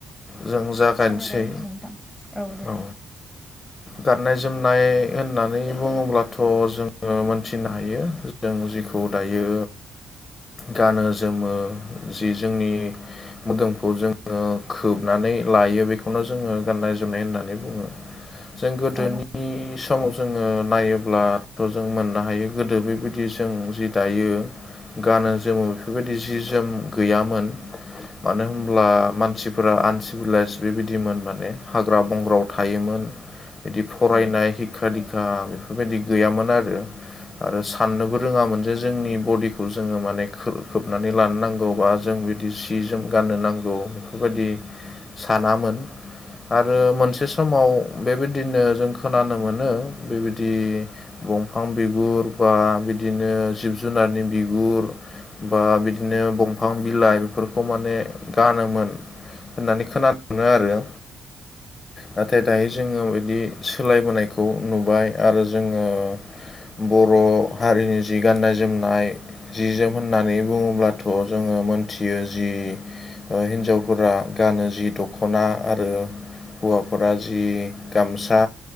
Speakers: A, on the left; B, in the centre.
A: जों जागायनोसै
B: सावरायजागोन दे नोंथां। दे।
A: औ गाननाय जोमनाय होननानै बुङोब्लाथ' जोङो मोनथिनो हायो जों जखौ दायो गानो जोमो जि जोंनि मोदोमखौ जों नानै लायो बेखौनो जोङो गाननाय जोमनाय होननानै बुङो जों गोदोनि
B: औ
A: बि समाव जोङो नायोब्लाथ' जों मोननो हायो गोदो बेबायदि जों जि दायो गानो जोमो बेफोरबायदि जि जोम गैयामोन मानो होनब्ला मानसिफोरा आ सिभिलाइस बेबायदिमोन माने हाग्रा बंग्रायाव थायोमोन बिदि फरायनाय
B: औ
A: हिक्खा दिक्खा बेफोरबायदि गैयामोन आरो आरो साननोबो रोङामोन जे जोंनि बडिखौ जोङो माने खोबनानै लानो नांगौ बा जों बिदि सि जोम गाननो नांगौ बेफोरबायदि सानामोन आरो मोनसे समाव बेबायदिनो जों खोनानो मोनो बेबायदि बंफां बिगुर बा बिदिनो जिब जुनारनि बिगुर बा बिदिनो बंफां बिलाइ इफोरखौ माने गानोमोन होननानै खोनानो मोनो आरो। नाथाय दायो जोङो बिदि सोलायबोनायखौ नुबाय आरो जोङो बर' हारिनि जि गाननाय जोमनाय जि जोम होननानै बुङोब्लाथ' जोङो मोनथियो जि ओ हिनजावफोरा गानो जि दख'ना आरो हौवाफोरा जि गामसा